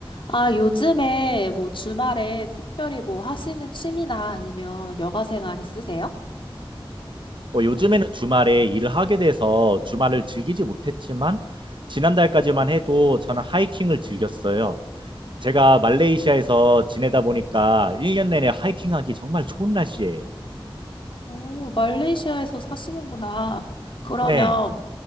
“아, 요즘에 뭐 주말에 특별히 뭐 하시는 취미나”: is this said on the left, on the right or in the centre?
Left